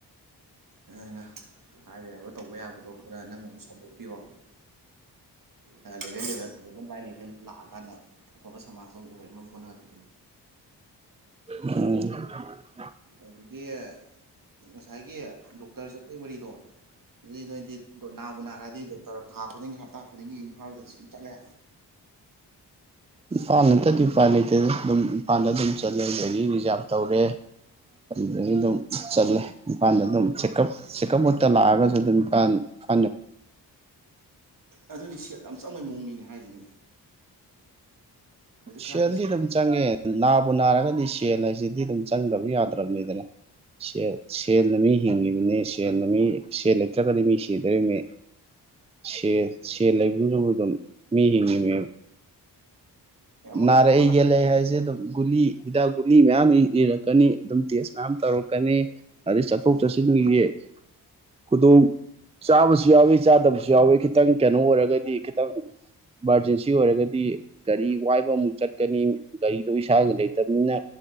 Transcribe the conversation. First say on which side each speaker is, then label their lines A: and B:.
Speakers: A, on the right; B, on the right.
A: <unintelligible> ꯍꯥꯏꯕ ꯌꯥꯕ ꯇꯧꯕ ꯌꯥꯕꯗꯣ ꯈꯔ ꯅꯪꯅ ꯑꯗꯨꯝ ꯁꯟꯗꯣꯛꯄꯤꯔꯣ ꯑꯥ level level level by level ꯂꯥꯛꯑꯀꯥꯟꯗ ꯑꯐꯕ ꯁꯃꯥꯖ ꯑꯝ ꯑꯣꯏꯍꯟꯅꯕ ꯍꯣꯠꯅꯔꯅꯤ
B: ꯎꯝ
A: ꯑꯗꯨꯒꯤ ꯉꯁꯥꯏꯒꯤ ꯗꯣꯛꯇꯔ ꯆꯠꯄꯩ ꯋꯥꯔꯤꯗꯣ ꯑꯗꯨꯗꯤ ꯅꯣꯢꯗꯤ ꯑꯗꯣ ꯅꯥꯕꯨ ꯅꯥꯔꯛꯑꯗꯤ ꯗꯣꯛꯇꯔ ꯊꯥ ꯈꯨꯗꯤꯡꯒꯤ ꯍꯞꯇꯥ ꯈꯨꯗꯤꯡꯒꯤ ꯏꯝꯐꯥꯜꯗ ꯁꯨꯝ ꯆꯠꯂꯦ
B: ꯏꯝꯐꯥꯜ ꯅꯠꯇꯗꯤ ꯎꯄꯥꯏ ꯂꯩꯇꯦꯗ ꯑꯗꯨꯝ ꯏꯝꯐꯥꯜꯗ ꯑꯗꯨꯝ ꯆꯠꯂꯦ ꯒꯥꯔꯤ ꯔꯤꯖꯥꯕ ꯇꯧꯔꯦ ꯑꯗꯨꯗꯒꯤ ꯑꯗꯨꯝ ꯆꯠꯂꯦ ꯏꯝꯐꯥꯜꯗ ꯑꯗꯨꯝ ꯆꯦꯀꯞ ꯆꯦꯛꯀꯞ ꯃꯛꯇ ꯂꯥꯛꯑꯒꯁꯨ ꯑꯗꯨꯝ ꯏꯝꯐꯥꯜ ꯏꯝꯐꯥꯜ
A: ꯑꯗꯨꯗꯤ ꯁꯦꯜ ꯌꯥꯝ ꯆꯪꯕꯩ ꯃꯑꯣꯡꯅꯤꯅꯦ ꯍꯥꯏꯁꯤꯅꯗꯤ ꯈꯖꯤꯛ ꯈꯔꯥꯛꯀꯤ
B: ꯁꯦꯜꯗꯤ
A: ꯁꯦꯜ
B: ꯑꯗꯨꯝ
A: ꯅꯠꯇꯦꯕ
B: ꯆꯪꯉꯦ ꯅꯥꯕꯨ ꯅꯥꯔꯒꯗꯤ ꯁꯦꯜ ꯍꯥꯏꯁꯤꯗꯤ ꯑꯗꯨꯝ ꯆꯪꯗꯕ ꯌꯥꯗ꯭ꯔꯕꯅꯤꯗꯅ ꯁꯦꯜ ꯁꯦꯜꯅ ꯃꯤ ꯍꯤꯡꯉꯤꯕꯅꯤ ꯁꯦꯜ ꯃꯤ ꯁꯦꯜ ꯂꯩꯇ꯭ꯔꯒꯗꯤ ꯃꯤ ꯁꯤꯗꯣꯔꯤꯃꯤ ꯁꯦꯜ ꯁꯦꯜ ꯂꯩꯕꯨꯗꯨꯅꯕꯨ ꯑꯗꯨꯝ ꯃꯤ ꯍꯤꯡꯉꯤꯃꯦꯕ
A: ꯑꯦ ꯑꯃꯒ
B: ꯅꯥꯔꯛꯑꯦ
A: ꯑꯃꯒ
B: ꯌꯦꯛꯂꯦ
A: ꯍꯪ
B: ꯍꯥꯏꯁꯦ ꯑꯗꯨꯝ ꯒꯨꯂꯤ ꯍꯤꯗꯥꯛ ꯒꯨꯂꯤ ꯃꯌꯥꯝ ꯏꯔꯛꯀꯅꯤ ꯑꯗꯨꯝ ꯇꯦꯁ ꯃꯌꯥꯝ ꯇꯧꯔꯛꯀꯅꯤ ꯑꯗꯩ ꯆꯠꯊꯣꯛ
A: ꯎꯝ
B: ꯆꯠꯁꯤꯟꯒꯤꯒꯤ ꯈꯨꯗꯣꯡ ꯆꯥꯕꯁꯨ ꯌꯥꯎꯋꯤ ꯆꯥꯗꯕꯁꯨ ꯌꯥꯎꯋꯤ ꯈꯤꯇꯪ ꯀꯩꯅꯣ ꯑꯣꯏꯔꯒꯗꯤ ꯈꯤꯇꯪ ꯏꯃꯥꯔꯖꯦꯟꯁꯤ ꯑꯣꯏꯔꯒꯗꯤ ꯒꯔꯤ ꯋꯥꯏ ꯨꯕ ꯑꯃꯨꯛ ꯆꯠꯀꯅꯤ ꯒꯥꯔꯤꯗꯣ ꯏꯁꯥꯒꯤ
A: ꯎꯝ
B: ꯂꯩꯇꯕꯅꯤꯅ